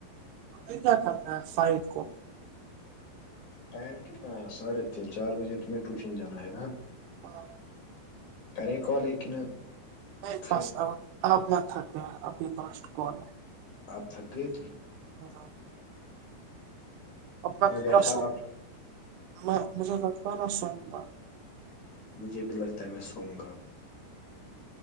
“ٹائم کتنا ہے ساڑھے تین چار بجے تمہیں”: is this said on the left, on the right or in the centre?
Left